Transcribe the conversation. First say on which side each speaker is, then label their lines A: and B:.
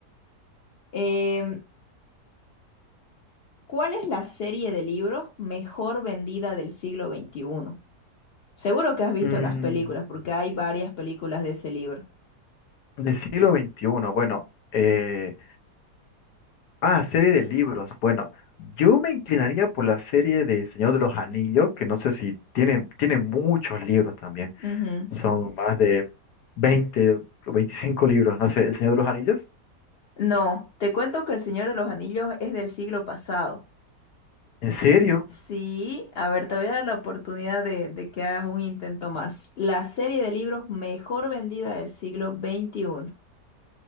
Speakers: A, on the left; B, on the left.
A: Em, ¿cuál es la serie de libros mejor vendida del siglo veintiuno? Seguro que has visto
B: Mm,
A: las películas, porque hay varias películas de ese libro.
B: del siglo XXI, bueno, eh, Ah, serie de libros. Bueno, yo me inclinaría por la serie de Señor de los Anillos, que no sé si tiene, tiene muchos libros también.
A: Ujú.
B: Son más de veinte o veinticinco libros, no sé, El Señor de los Anillos.
A: No, te cuento que El Señor de los Anillos es del siglo pasado.
B: ¿En serio?
A: Sí, a ver, te voy a dar la oportunidad de, de que hagas un intento más. La serie de libros mejor vendida del siglo XXI.